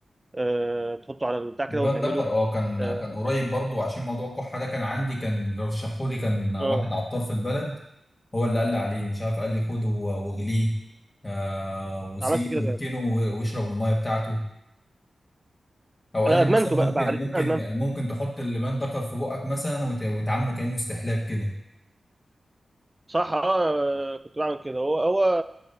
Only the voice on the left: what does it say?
لبان
دكر اه كان
كان قريب برضو عشان موضوع الكحة ده كان عندي كان اللي رشحهولي كان واحد
عطار في البلد هو اللي قال لي عليه مش عارف قال لي خده و- واغليه آه وسيبه
واركنه
و- واشرب المية بتاعته او
قال لي
مثلا
ممكن
ممكن
ممكن تحط اللبان دكر في بقك مثلا وت- وتعامله كأنه استحلاب كده